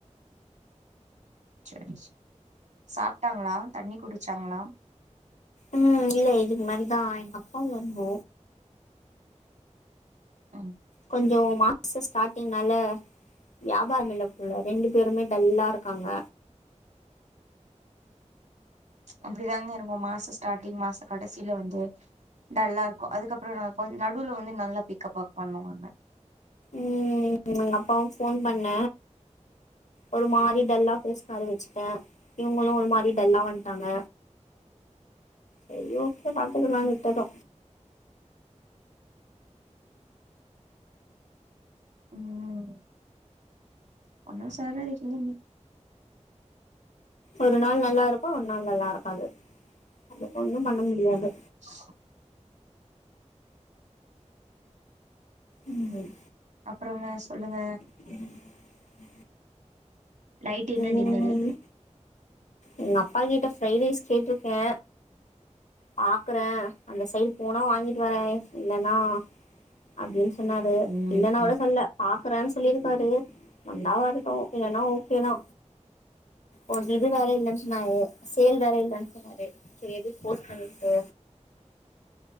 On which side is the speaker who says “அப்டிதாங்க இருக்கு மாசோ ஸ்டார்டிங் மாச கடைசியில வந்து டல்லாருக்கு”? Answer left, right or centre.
Right